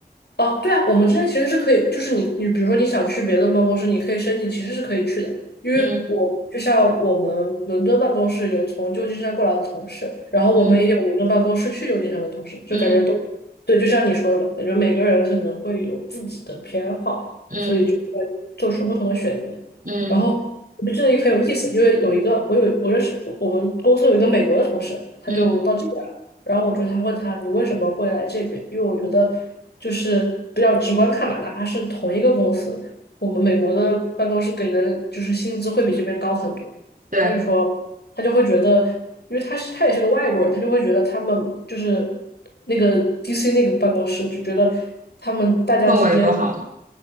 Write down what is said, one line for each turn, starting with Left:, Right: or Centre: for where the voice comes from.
Left: 哦，对啊，我们之间其实是可以，就是你你比如说你想去别的办公室，你可以申请，其实是可以去的。因为我就像我们伦敦办公室有从旧金山过来的同事，
Right: 嗯
Left: 然后我们也有伦敦办公室去旧金山的同事，
Right: 嗯
Left: 就感觉都对，
Right: 嗯
Left: 就像你说的吧，感觉每个人可能会有自己的偏好，
Right: 嗯
Left: 所以就会做出不同的选择。
Right: 嗯嗯
Left: 然后我就记得也很有意思，因为有一个我有我认识我们公司有一个美国的同事，他就到这边来。
Right: 嗯
Left: 然后我就他问他你为什么会来这边？因为我觉得就是比较直观看嘛，哪怕是同一个公司，我们美国的办公室给的就是薪资会比这边高很多。
Right: 对，
Left: 他就说他就会觉得，因为他是他也是个外国人，他就会觉得他们就是那个 DC 那个办公室就觉得他们大家之间，
Right: 氛围不好吗？